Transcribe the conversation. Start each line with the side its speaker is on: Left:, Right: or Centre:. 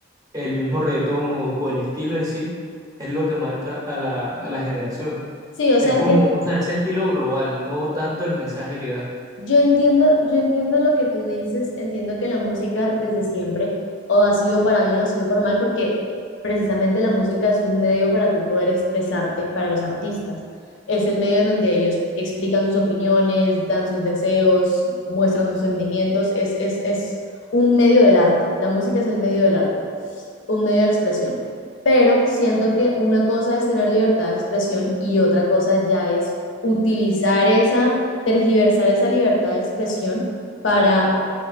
Right: el mismo reggaetón o, o el estilo en sí es lo que marca a la, a la generación.
Left: Sí, o sea,
Right: Es como,
Left: yo-
Right: o sea, ese estilo global, no tanto el mensaje que da.
Left: Yo entiendo, yo entiendo lo que tú dices, entiendo que la música desde siempre o ha sido para bien o ha sido para mal, porque precisamente la música es un medio para tú poder expresarte, para los artistas. Es el medio en donde ellos explican sus opiniones, dan sus deseos, muestran sus sentimientos. Es, es, es un medio del arte. La música es el medio del arte, un medio de expresión. Pero siento que una cosa es tener libertad de expresión y otra cosa ya es utilizar esa tergiversar esa libertad de expresión para